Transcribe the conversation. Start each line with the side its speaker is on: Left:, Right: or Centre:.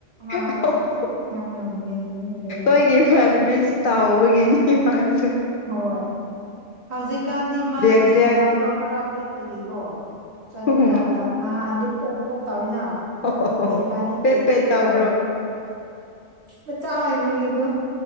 Right: ꯃꯥꯥꯗꯣ
Left: ꯑꯩꯈꯣꯏꯒꯤ
Right: ꯌꯥꯝ ꯅꯝꯃꯦꯌꯦ ꯑꯩ
Left: ꯑꯩꯈꯣꯏꯒꯤ ꯏꯨꯃꯟꯅꯕꯤꯁ ꯇꯥꯥꯎꯕꯒꯅꯤ ꯃꯁꯨ
Right: ꯍꯣꯏ ꯍꯧꯖꯤꯛꯀꯥꯟꯗꯤ ꯃꯥꯒꯤ
Left: ꯕ꯭ꯂꯦꯛ ꯕ꯭ꯂꯦꯛ
Right: ꯁꯦꯟꯗꯥꯜꯗꯣ ꯈꯔ ꯄꯤꯛꯄꯒꯤꯀꯣ ꯆꯠꯄ
Left: ꯎꯝ
Right: ꯀꯥꯟꯗ ꯅꯍꯥꯟꯗꯤ ꯄꯣꯞ ꯄꯣꯞ ꯇꯧꯋꯤꯅ
Left: ꯑꯣ
Right: ꯍꯧꯖꯤꯛꯀꯥꯟꯗꯤ
Left: ꯄꯦꯠ
Right: ꯊꯦꯠ
Left: ꯄꯦꯠ
Right: ꯊꯦꯠ
Left: ꯇꯧꯕ꯭ꯔꯣ
Right: ꯇꯧꯋꯦ ꯃꯆꯥ ꯑꯣꯏꯕꯒꯤꯀꯣ